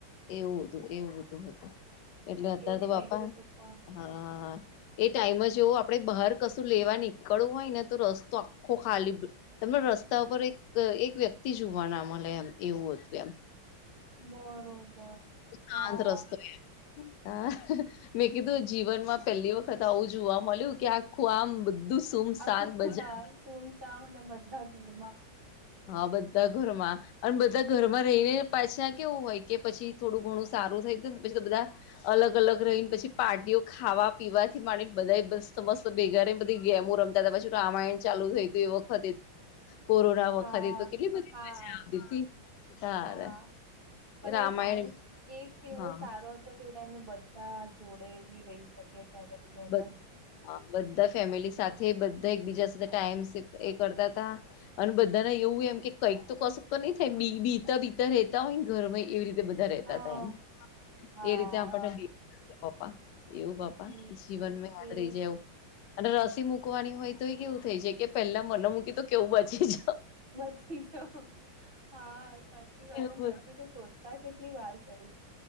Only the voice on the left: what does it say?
એવું બધું એવું બધું હતું એટલે અત્યારે
તો
બાપા
હા એ ટાઈમ જવું આપડે બહાર કશું લેવાની કળવું હોય ને તો રસ્તો આખો ખાલી તમને રસ્તા ઉપર એક એક વ્યક્તિ જોવાના મલે એમ એવું હતું એમ
શાંત રસ્તો એ હા મેં કીધું જીવનમાં પહેલી વખત આવું જોવા મલયુ કે આખું આમ બધું સુમસાન
બજાર
હ બધા ઘરમાં અને બધા ઘરમાં રહીને પાછા કેવું હોય કે પછી થોડું ઘણું સારું થાયને પછી તો બધા અલગ અલગ રહીને પછી પાર્ટીઓ ખાવા પીવાથી માંડીને બધા મસ્ત મસ્ત ભેગા બધી ગેમો રમ તા તા પછી ત આમાય ચાલુ થય ગયુ એ વખતે કોરોના વ
ફરે તો કેટલી બધી
મજા આવતી હતી તારે
રામાયણ
હા
બ બધા ફેમિલી સાથે બધા એકબીજા સાથે ટાઈમ એ કરતા હતા અને બધાને એવું એમ કે કંઈક તો કસક તો નહી થાય બી બીતા બીતા રેતા હોય ઘરમા એવી રીતે રે
તા તા એમ
એ રીતે આપણને પપ્પા એવું પપા
જીવનમાં યાદ
રય જાય એવુ અને રસી મૂકવાની હોય તો એ કેવું થઈ જાય કે પહેલા મને મૂકી તો કેવું બચે જ
એવું